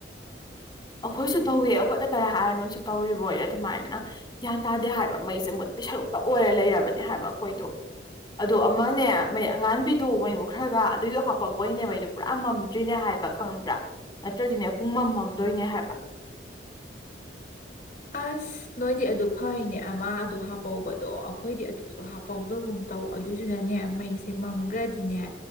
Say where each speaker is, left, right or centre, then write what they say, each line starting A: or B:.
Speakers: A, on the left; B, on the left.
A: ꯑꯩꯈꯣꯏꯁꯨ ꯇꯧꯋꯤ ꯑꯩꯈꯣꯏ ꯇꯔ ꯍꯥꯏꯔ ꯅꯣꯏꯁꯨ ꯇꯧꯔꯤꯕ ꯑꯣꯏꯔꯦ ꯑꯗꯨꯃꯥꯏꯅ ꯒ꯭ꯌꯥꯟ ꯇꯥꯗꯦ ꯍꯥꯏꯕ ꯃꯩꯁꯦ ꯃꯨꯠꯄꯩ ꯁꯔꯨꯛꯇ ꯑꯣꯏꯔ ꯂꯩꯔꯕꯅꯦ ꯍꯥꯏꯕ ꯑꯩꯈꯣꯏꯗꯣ ꯑꯗꯨꯗꯣ ꯑꯃꯅꯦ ꯃꯩ ꯑꯉꯥꯟꯕꯤꯗꯨ ꯃꯩ ꯃꯨꯠꯈ꯭ꯔꯒ ꯑꯗꯨꯏꯒꯤ ꯍꯥꯞꯍꯧ ꯕꯩꯅꯦ ꯃꯩꯗꯨ ꯄꯨꯔꯥ ꯃꯝꯗ꯭ꯔꯤꯅꯦ ꯍꯥꯏꯕ ꯈꯪꯕ꯭ꯔꯥ ꯅꯠꯇ꯭ꯔꯗꯤꯅꯦ ꯄꯨꯡ ꯃꯝ ꯃꯝ ꯗꯣꯏꯅꯦ ꯍꯥꯏꯕ
B: ꯑꯁ ꯅꯣꯏꯗꯤ ꯑꯗꯨ ꯐꯩꯅꯦ ꯑꯃ ꯑꯗꯨ ꯍꯥꯞꯄꯧꯕꯗꯣ ꯑꯩꯈꯣꯏꯗꯤ ꯑꯗꯨꯁꯨ ꯍꯥꯍꯧꯗꯒꯨꯝ ꯇꯧ ꯑꯗꯨꯏꯗꯨꯅꯅꯦ ꯃꯩꯁꯦ ꯃꯝꯈ꯭ꯔꯗꯤꯅꯦ